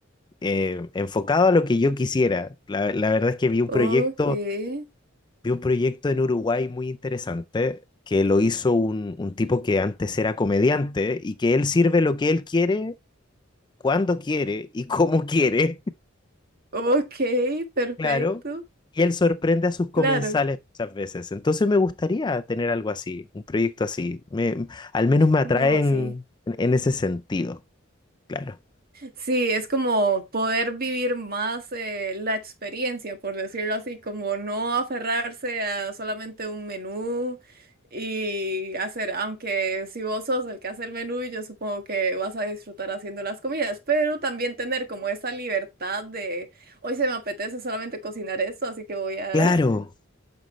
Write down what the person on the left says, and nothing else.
eh, enfocado a lo que yo quisiera. La, la verdad es que vi un
proyecto, vi un proyecto en Uruguay muy interesante. que lo hizo un, un tipo que antes era comediante y que él sirve lo que él quiere, cuando quiere y cómo quiere.
Claro, y él sorprende a sus comensales
muchas veces. Entonces me gustaría tener algo así, un proyecto así. Me, al menos me atraen
en, en ese sentido, claro.
Claro,